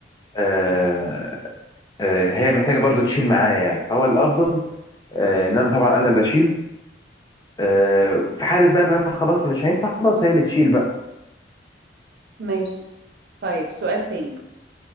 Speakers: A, on the left; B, on the right.
A: آه آه هي محتاجه برضو تشيل معايا يعني فهو الافضل آه ان انا طبعا انا اللي اشيل آه في حاله بقى ان انا خلاص مش هينفع خلاص هي اللي تشيل بقى
B: ماشي طيب سؤال تاني